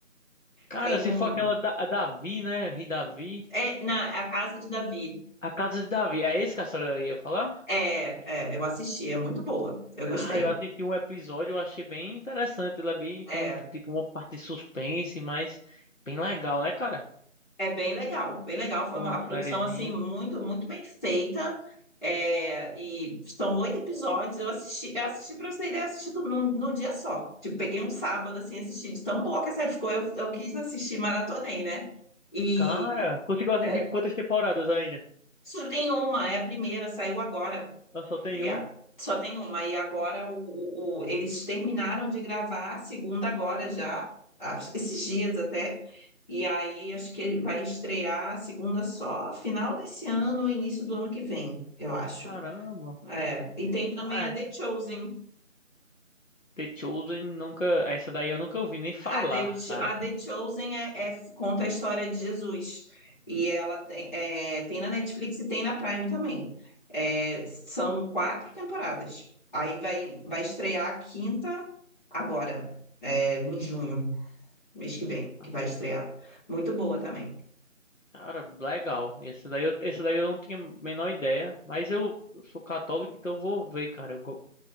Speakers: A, on the left; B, on the left.
A: Cara,
B: Tem
A: se
B: um.
A: for aquela da, a Davi, né? Rei Davi.
B: É, na, a Casa de Davi.
A: A Casa de Davi. É esse que a senhora ia falar?
B: É, é, eu assisti, é muito boa. Eu
A: Cara,
B: gostei.
A: eu assisti um episódio, eu achei bem interessante. Ele é bem, tem
B: É,
A: um, tipo, uma parte de suspense, mas bem legal, né, cara?
B: é bem legal, bem legal. Foi
A: Uma
B: uma a produção
A: sériezinha.
B: assim muito, muito bem feita. É, e são oito episódios. Eu assisti, eu assisti para você ter ideia, assisti tudo num, num dia só. Tipo, peguei um sábado assim, e assisti. De tão boa que a série ficou, eu, eu quis assistir, maratonei, né? E
A: Cara, conseguiu assistir
B: é,
A: quantas temporadas ainda?
B: Só tem uma, é a primeira, saiu agora.
A: Ah, só tem
B: E
A: uma?
B: é, Só tem uma. E agora o, o- o- eles terminaram de gravar a segunda agora já, acho- esses dias até. E aí acho que ele vai estrear a segunda só final desse ano, início do ano que vem, eu acho.
A: Caramba.
B: É, E tem também
A: Ah,
B: a
A: é,
B: The Chosen,
A: The Chosen nunca. Essa daí eu nunca ouvi nem falar,
B: A The, Cho-
A: cara.
B: a The Chosen é, é- conta a história de Jesus. E ela tem, é, tem na Netflix e tem na Prime também. É, são quatro temporadas. Aí vai, vai estrear a quinta agora, é, em junho, mês que vem,
A: Ah,
B: que vai estrear. Muito boa também.
A: Cara, legal. Essa daí eu, essa daí eu não tinha a menor ideia. Mas eu, eu sou católico, então eu vou ver, cara. Eu go-